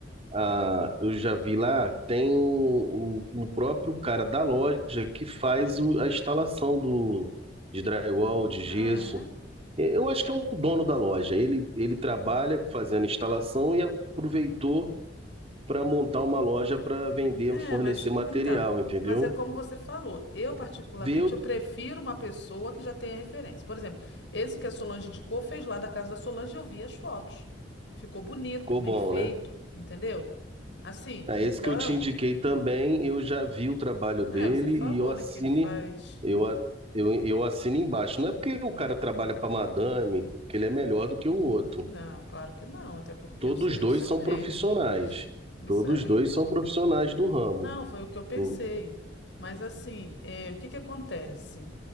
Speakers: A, on the right; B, on the left.
A: ah, eu já vi lá, tem o, o- o próprio cara da loja que faz o- a instalação do, de drywall, de gesso.
B: ah, é?
A: E Eu acho que é o dono da loja. Ele, ele trabalha fazendo instalação e aproveitou para montar uma loja para vender,
B: É,
A: fornecer
B: mas
A: material,
B: então.
A: entendeu?
B: Mas é como você falou. Eu, particularmente,
A: Deu,
B: eu prefiro uma pessoa que já tenha referência. Por exemplo, esse que a Solange indicou fez lá da casa da Solange e eu vi as fotos. Ficou bonito,
A: ficou
B: bem
A: bom,
B: feito,
A: né?
B: entendeu? Assim,
A: É,
B: então.
A: esse que eu te indiquei também, eu já vi o trabalho dele
B: É, você falou,
A: e eu assine,
B: né, que ele faz.
A: eu, a- eu, eu assino embaixo. Não é porque o cara trabalha para madame que ele é melhor do que o outro.
B: Não, claro que não, até porque
A: Todos
B: o serviço
A: dois
B: é
A: são
B: o mesmo.
A: profissionais.
B: Isso
A: Todos
B: aí.
A: dois são profissionais do ramo.
B: Não, foi o que eu pensei.
A: Hum.
B: Mas assim, é, o que que acontece?